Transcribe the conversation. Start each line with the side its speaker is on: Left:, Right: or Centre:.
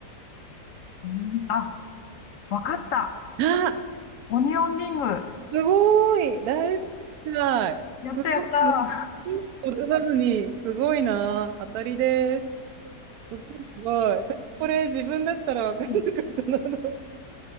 Left: ー、鬼あ、わかった。
Right: あ、
Left: オニオンリング。あ
Right: すごい大正解すごい。
Left: ー、やったやった。
Right: ヒント出さずに、すごいな。当たりです。すごい、すごい。私、これ自分だったら分かんなかったな。
Left: <laughs>
Right: <laughs>